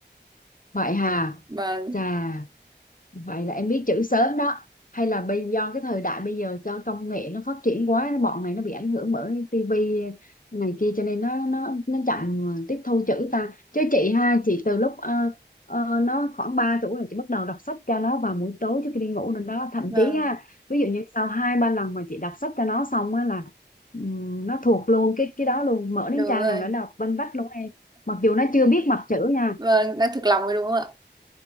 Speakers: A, on the left; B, on the right.
A: vậy hà.
B: <laughs> vâng
A: Chà, Vậy là em biết chữ sớm đó. Hay là bây do cái thời đại bây giờ cho công nghệ nó phát triển quá, bọn này nó bị ảnh hưởng bởi tivi này kia cho nên nó nó nó chậm tiếp thu chữ ta. Chứ chị ha, chị từ lúc ờ, ờ, nó khoảng 3 tuổi là chị bắt đầu đọc sách cho nó vào buổi tối trước khi đi ngủ rồi đó. Thậm
B: vâng
A: chí ha, ví dụ như sau hai ba lần mà chị đọc sách cho nó xong á là ừm, nó thuộc luôn cái cái đó luôn, mở đến
B: đúng
A: trang
B: rồi
A: nào nó đọc vanh vách luôn em. Mặc dù nó chưa biết mặt chữ nha,
B: vâng đang thực lòng rồi đúng không ạ